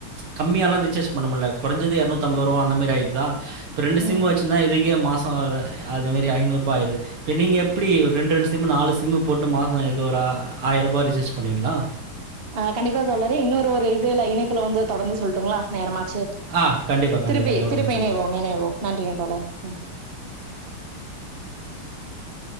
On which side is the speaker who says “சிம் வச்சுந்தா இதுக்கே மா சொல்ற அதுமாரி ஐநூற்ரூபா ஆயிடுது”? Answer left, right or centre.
Right